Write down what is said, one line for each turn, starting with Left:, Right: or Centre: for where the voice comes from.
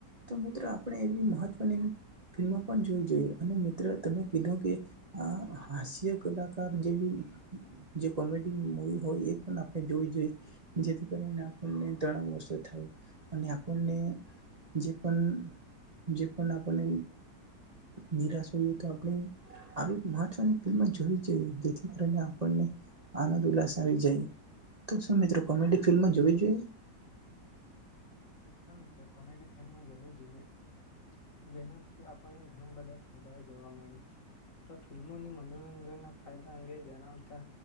Right: તો મિત્રો આપણે એવી મહત્ત્વની ફિલ્મો પણ જોવી જોઈએ અને મિત્ર તમે કીધું કે આ હાસ્ય કલાકાર જેવી જે કોમેડી મૂવી હોય એ પણ આપણે જોવી જોઈએ, જેથી કરીને આપણને ઘણા વર્ષો થાય અને આપણને જે પણ જે પણ આપને નિરાશ હોઈએ તો આપણે આવી મહત્વની ફિલ્મ જોવી જોઈએ, જેથી કરીણે આપણને આનંદ ઉલ્લાસ આવી જાય તો શું મિત્રો કોમેડી ફિલ્મ જોવી જોઈએ?
Left: હા મિત્રો કોમેડી ફિલ્મ જેવું જોઈએ. જેનાથી આપણને ઘણા બધા ફાયદાઓ જોવા મળે છે. તો ફિલ્મોને મનોરંજનના ફાયદા અંગે જણાવતા